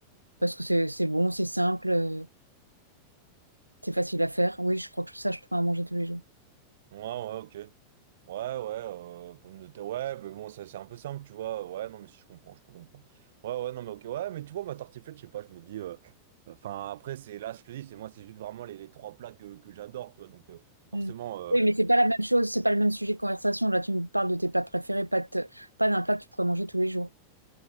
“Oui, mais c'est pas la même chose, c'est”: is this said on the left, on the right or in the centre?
Right